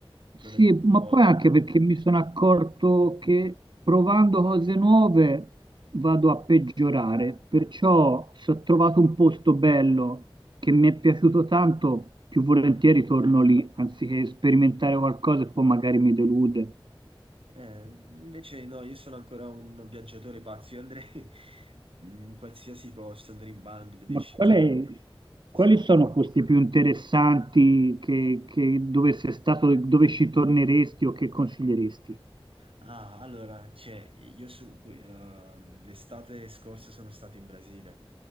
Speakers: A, on the right; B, on the right.
A: Sì,
B: non è più
A: ma
B: voglia.
A: poi anche perché mi sono accorto che provando cose nuove vado a peggiorare, perciò se ho trovato un posto bello che mi è piaciuto tanto, più volentieri torno lì, anziché sperimentare qualcosa e poi magari mi delude.
B: Eh, invece no, io sono ancora un viaggiatore pazzo, io andrei <laughs> in qualsiasi posto, andrei in Bangladesh,
A: Ma qual
B: lì.
A: è- quali
B: Sono-
A: sono posti più interessanti che, che dove sei stato, dove ci torneresti o che consiglieresti?
B: Ah, allora, cioè, io so- qui, eh, l'estate scorsa sono stato in Brasile